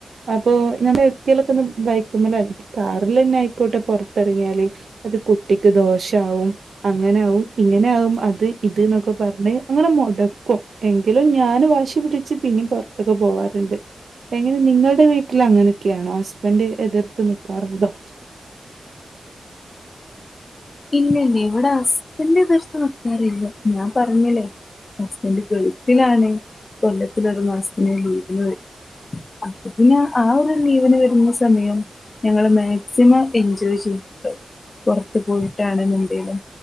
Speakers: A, on the right; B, on the left.
A: അപ്പൊ നമ്മള് എവിട്ക്കേങ്കിലൊക്കെ ഒന്ന് ബൈക്കുമ്മെ ല് കാറിലെന്നെയിക്കോട്ടെ പൊറത്തിറങ്ങിയാല് അത് കുട്ടിക്ക് ദോഷാവും അങ്ങനാവും ഇങ്ങനെയാകും അത് ഇത്ന്നൊക്കെ പറഞ് അങ്ങനെ മൊട ടക്കും എങ്കിലും ഞാൻ വാശി പിടിച്ച് പിന്നീ പുറത്തൊക്കെ പോവാറുണ്ട്. എങ്ങനെ നിങ്ങളുടെ വീട്ടിൽ അങ്ങനെയൊക്കെയാണോ ഹസ്ബൻഡ് എതിർത്ത് നിക്കാറുണ്ടോ
B: ഇല്ല ഇല്ല ഇവിടെ ഹസ്ബൻഡ് എതിർത്ത് നിക്കാറില്ല ഞാൻ പറഞ്ഞില്ലേ ഹസ്ബൻഡ് ഗൾഫിലാണ് കൊല്ലത്തില് ഒരു മാസത്തിന് ലീവിന് വരു അപ്പൊ പിന്നെ ആ ഒരു ലീവ്ന് വരുന്ന സമയം ഞങ്ങള്മാക്സിമം എൻജോയ് ചെയ്യുന്നു പുറത്ത് പോയി ട്ടാണ് എന്നുണ്ടെലും